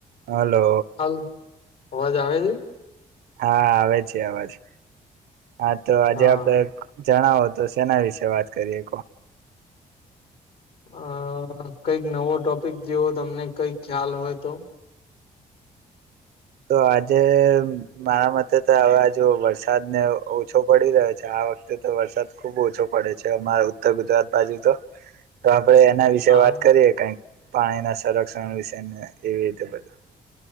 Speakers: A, on the right; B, on the left.
A: Hello
B: ાલ અવાજ આવે આવે જ-
A: હા આવે છે આવાજ હા તો આજે
B: હા
A: આપડે જણાવો તો સેના વિશે વાત કરીએ
B: અ કંઈક નવો ટોપિક જેવો તમને કઈક ખ્યાલ હોય તો
A: તો આજે મારા મતે તો હવેજ વરસાદને ઓછો પડી રહ્યો છે આ વખતે તો વરસાદ ખુબ ઓછો પડે છે અમારા ઉત્તર ગુજરાત બાજુ તો
B: <inaudible>
A: તો આપડે એના વિશે
B: હા
A: વાત કરીએે કઈક પાણીના સંરક્ષણ વિશે એવી રીતે બધું